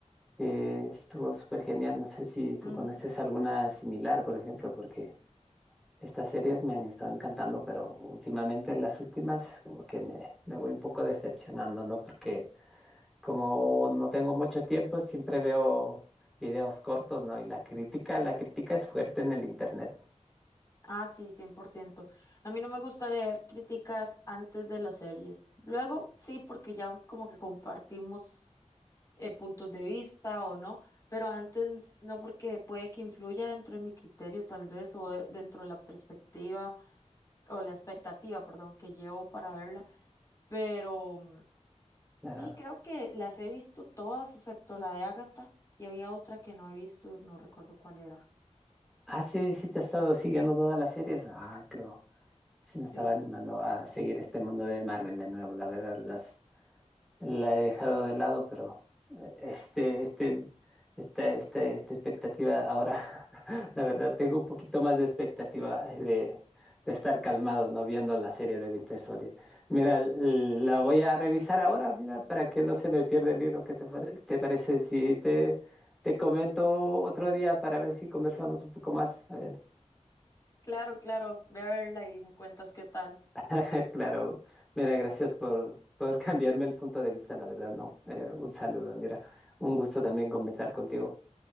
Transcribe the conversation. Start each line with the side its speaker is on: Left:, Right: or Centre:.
Centre: que estuvo súper genial, no sé si tú
Left: Ujú.
Centre: conoces alguna similar, por ejemplo, porque... Estas series me han estado encantando, pero últimamente las últimas como que me, me voy un poco decepcionando, ¿no? Porque como no tengo mucho tiempo, siempre veo videos cortos, ¿no? Y la crítica, la crítica es fuerte en el internet.
Left: Ah, sí, cien por ciento A mí no me gusta leer críticas antes de las series. Luego, sí, porque ya como que compartimos eh, puntos de vista o no, pero antes no, porque puede que influya dentro de mi criterio tal vez o de- dentro de la perspectiva o la expectativa, perdón, que llevo para verla. Pero mm, sí,
Centre: La-
Left: creo que las he visto todas excepto la de Agatha y había otra que no he visto, no recuerdo cuál era.
Centre: Ah, sí, sí te has estado siguiendo todas las series. Ah, creo. Sí me estaba
Left: Sí.
Centre: animando a seguir este mundo de Marvel de nuevo. La verdad, las la he dejado de lado, pero eh, este, este, esta, esta, esta expectativa ahora, <laughs> la verdad, tengo un poquito más de expectativa eh, de, de estar calmado, ¿no? Viendo la serie de Winter Soldier. Mira, l- la voy a revisar ahora, mira, para que no se me pierda el libro. ¿Qué te, pare- te parece si te, te comento otro día para ver si conversamos un poco más? A ver.
Left: Claro, claro, ve a verla y me cuentas qué tal.
Centre: <laughs> Claro, mira, gracias por, por <laughs> cambiarme el punto de vista, la verdad, no. Eh, un saludo, mira, un gusto también conversar contigo.